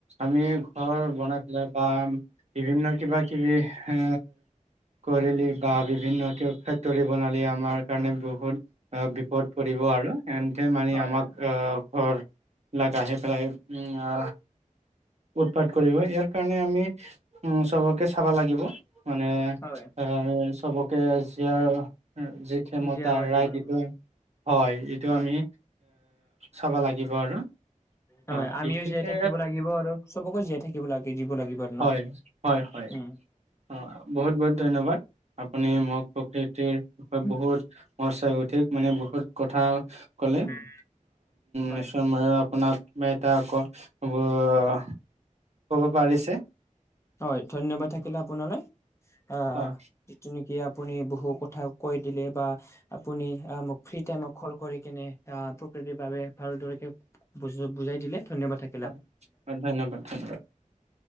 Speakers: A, on the right; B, on the left.
A: আমি ঘৰ বনাই পেলাই বা বিভিন্ন কিবা কিবি এ কৰিলি বা বিভিন্ন ক, ফেক্টৰী বনালি আমাৰ কাৰণে বহুত বিপদ পৰিব আৰু এনেতে মানে
B: হয়
A: আমাক
B: হয়
A: ঘৰ লক আহে, প্ৰায় উ। উৎপাত কৰিব, ইয়াৰ কাৰণে আমি উ, চবকে চাব লাগিব মানে
B: হয়
A: আমি চবকে জীয়াৰ যি ক্ষমতা
B: জীয়া বা দিব
A: ৰাইট
B: লাগিব
A: এইটো হয়, এইটো
B: হয়
A: আমি চাব লাগিব আৰু।
B: হয়,
A: অ'
B: আমিও
A: এইটোকে
B: জীয়াই থাকিব লাগিব আৰু চবকো জীয়াই থাকিব লাগে, দিব লাগিব। আৰু
A: হয়,
B: ন
A: হয়, হয়,
B: উম
A: অ', বহুত, বহুত ধন্যবাদ। আপুনি মোক প্ৰকৃতিৰ বিষয়
B: উম
A: বহুত <unintelligible> অধিক মানে বহুত কথা কলে,
B: উম, হয়।
A: নিশ্চয় মই আপোনাক বা এতিয়া আকৌ অ', ক'ব পাৰিছে।
B: হয় ধন্যবাদ থাকিলে আপোনালৈ, অ'।
A: হয়,
B: যিটো নেকি আপুনি বহু কথা কৈ দিলে বা আপুনি মোক ফ্ৰীতে ক'ল কৰি কিনে প্ৰকৃতিৰ বাবে ভালদ বুজ, বুজাই দিলে ধন্যবাদ থাক
A: হয়, হয়, ধন্যবাদ, ধন্যবাদ।